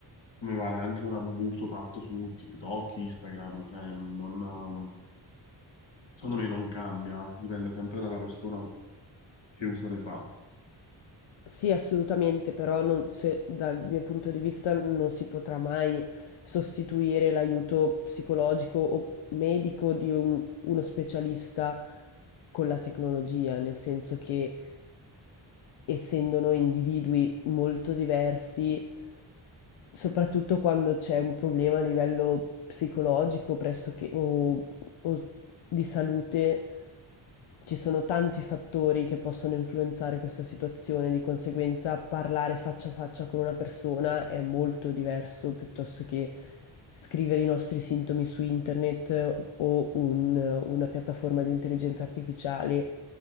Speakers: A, on the left; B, on the left.
A: come vale anche un abuso fatto su TikTok, Instagram, cioè non, secondo me non cambia, dipende sempre dalla persona che uso ne fa.
B: Sì, assolutamente, però non- se- dal mio punto di vista non si potrà mai sostituire l'aiuto psicologico o medico di un- uno specialista con la tecnologia, nel senso che essendo noi individui molto diversi, soprattutto quando c'è un problema a livello psicologico pressoché o, o di salute, ci sono tanti fattori che possono influenzare questa situazione, di conseguenza parlare faccia a faccia con una persona è molto diverso piuttosto che scrivere i nostri sintomi su internet o un- una piattaforma di intelligenza artificiale